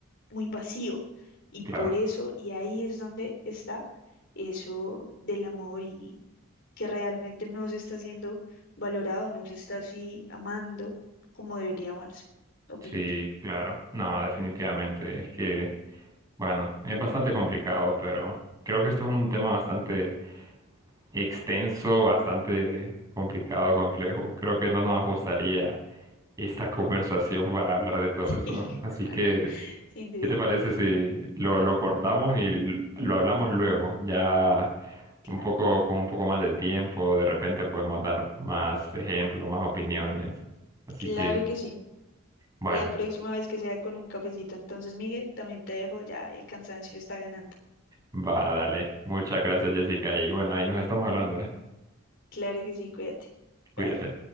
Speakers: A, on the left; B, on the right.
A: muy vacío. Y
B: Claro,
A: por eso, y ahí es donde está eso del amor y que realmente no se está siendo valorado, no se está así amando como debería amarse, opino
B: sí,
A: yo.
B: claro. No, definitivamente. Es que, bueno, es bastante complicado, pero creo que esto es un tema bastante extenso, bastante complicado, complejo. Creo que no nos ajustaría esta <laughs> conversación para hablar de todo
A: <laughs>
B: eso. Así que
A: Sin duda.
B: ¿Qué te parece si lo, lo cortamos y l- lo hablamos luego? Ya
A: claro.
B: un poco, con un poco más de tiempo, de repente podemos dar más ejemplos, más opiniones. Así
A: Claro
B: que,
A: que sí.
B: bueno,
A: La próxima vez que sea con un cafecito. Entonces, Miguel, también te dejo, ya el cansancio está ganando.
B: va, dale. Muchas gracias, Jessica. Y bueno, ahí nos estamos hablando, ¿eh?
A: Claro que sí, cuídate.
B: Cuídate.
A: Bye.